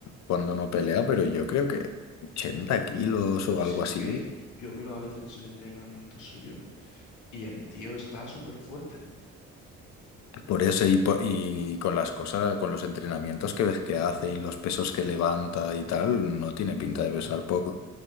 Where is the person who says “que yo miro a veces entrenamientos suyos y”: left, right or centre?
Left